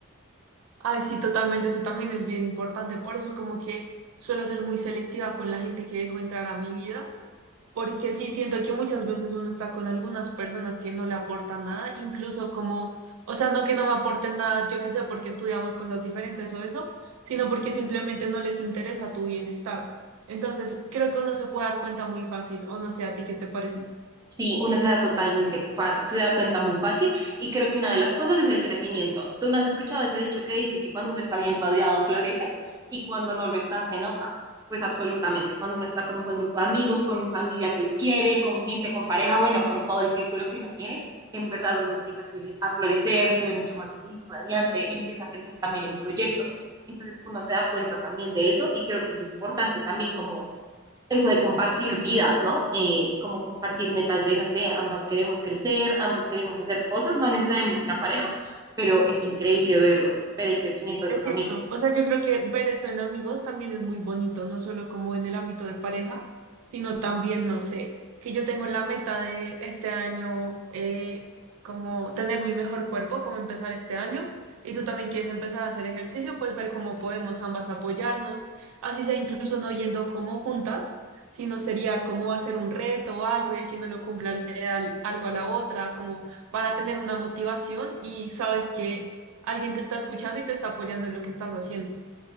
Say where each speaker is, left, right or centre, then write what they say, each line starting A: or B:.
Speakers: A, on the right; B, on the right.
A: Ay, sí, totalmente, eso también es bien importante. Por eso como que suelo ser muy selectiva con la gente que dejo entrar a mi vida, porque sí siento que muchas veces uno está con algunas personas que no le aportan nada, incluso como, o sea, no que no me aporten nada, yo qué sé, porque estudiamos cosas diferentes o eso, sino porque simplemente no les interesa tu bienestar. Entonces, creo que uno se puede dar cuenta muy fácil, o no sé, ¿a ti qué te parece?
B: Sí, uno se da totalmente, fa- se da cuenta muy fácil y creo que una de las cosas es el crecimiento. ¿Tú no has escuchado ese dicho que dice que cuando uno está bien rodeado florece y cuando no lo está se nota? Pues absolutamente, cuando uno está con un buen grupo de amigos, con familia que lo quiere, con gente, con pareja, bueno, con todo el círculo que uno tiene, en verdad uno empieza a flore- a florecer, se ve mucho más feliz, radiante, empieza a crecer también en proyectos. Entonces uno se da cuenta también de eso y creo que es importante también como eso de compartir vidas, ¿no? Eh, como compartir metas de, no sé, ambas queremos crecer, ambos queremos hacer cosas, no necesariamente una pareja, pero es increíble verlo, ver el crecimiento de
A: Es
B: tus
A: cierto,
B: amigos.
A: o sea, yo creo que ver eso en amigos también es muy bonito, no solo como en el ámbito de pareja, sino también, no sé, que yo tengo la meta de este año, eh, como tener mi mejor cuerpo, como empezar este año, y tú también quieres empezar a hacer ejercicio, pues ver cómo podemos ambas apoyarnos, así sea incluso no yendo como juntas, sino sería como hacer un reto o algo y el que no lo cumpla le da algo a la otra, como para tener una motivación y sabes que Alguien te está escuchando y te está apoyando en lo que estás haciendo.